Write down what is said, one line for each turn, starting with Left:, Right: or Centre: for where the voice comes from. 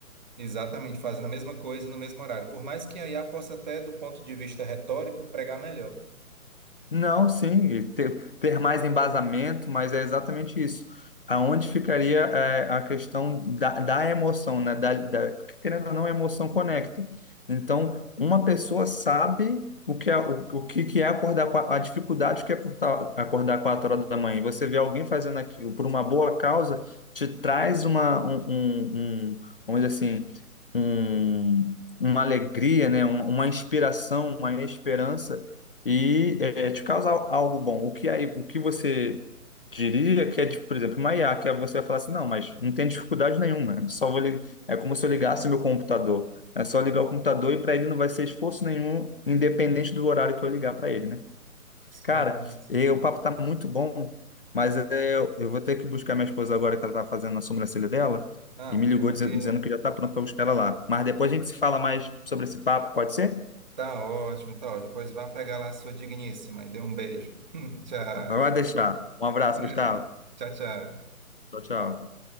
Right: Exatamente, fazendo a mesma coisa no mesmo horário. Por mais que a IA possa até, do ponto de vista retórico, pregar melhor.
Left: Não, sim, e ter, ter mais embasamento, mas é exatamente isso. Aonde ficaria é, a questão da, da emoção, né? Da, da, porque querendo ou não, a emoção conecta. Então, uma pessoa sabe o que é, o, o que que é acordar com a, a dificuldade que é acordar, acordar 4 horas da manhã. E você vê alguém fazendo aquilo por uma boa causa, te traz uma, um, um, um, vamos dizer assim, um, uma alegria, né? Uma, uma inspiração, uma esperança e é, te causar algo bom. O que aí, o que você diria que é, tipo, por exemplo, uma IA, que é você vai falar assim, não, mas não tem dificuldade nenhuma, é só vou lig- é como se eu ligasse meu computador. É só ligar o computador e para ele não vai ser esforço nenhum, independente do horário que eu ligar para ele, né?
Right: Sim,
Left: Cara,
Right: sim.
Left: eh, o papo tá muito bom, mas eh, eu eu vou ter que buscar minha esposa agora que ela tá fazendo a sobrancelha dela
Right: Ah,
Left: e me ligou
Right: tranquilo.
Left: dize- dizendo que já está pronto para buscar ela lá. Mas depois a gente se fala mais sobre esse papo, pode ser?
Right: Tá ótimo, tá ótimo. Pois vá pegar lá a sua digníssima e dê um beijo. <laughs> Tchau.
Left: Então, Vai deixar. Um abraço,
Right: <laughs>
Left: Gustavo.
Right: Tchau, tchau.
Left: Tchau, tchau.